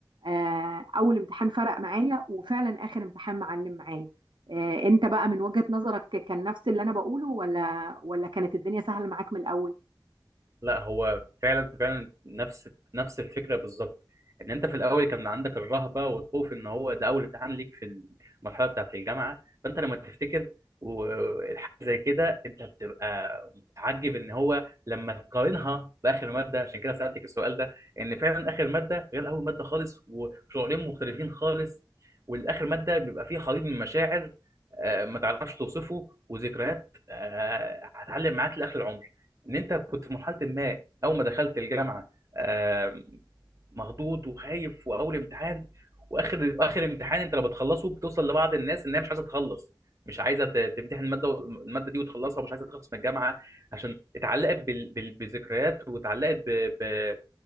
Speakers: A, on the right; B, on the right.
A: آه اول امتحان فرق معايا وفعلا اخر امتحان معلم معايا آه انت بقى من وجهة نظرك كان نفس اللي انا بقوله ولا ولا كانت الدنيا سهلة معاك من الاول؟
B: لا هو فعلا فعلا نفس نفس الفكره بالظبط ان انت في الاول كان عندك الرهبه والخوف ان هو ده اول امتحان ليك في المرحله بتاعه الجامعه فانت لما تفتكر وحاجه زي كده انت بتبقى متعجب ان هو لما تقارنها باخر ماده عشان كده سالتك السؤال ده ان فعلا اخر ماده غير اول ماده خالص وشعورين مختلفين خالص والاخر ماده بيبقى فيه خليط من مشاعر آه، ما تعرفش توصفه وذكريات آه، هتعلم معاك لاخر العمر ان انت كنت في مرحله ما اول ما دخلت الجامعه آم، مخضوض وخايف واول امتحان واخر اخر امتحان انت لو بتخلصه بتوصل لبعض الناس ان هي مش عايزه تخلص مش عايزه ت- تمتحن الماده و- الماده دي وتخلصها ومش عايزه تخلص من الجامعه عشان اتعلقت بال- بال- بذكريات واتعلقت ب- ب-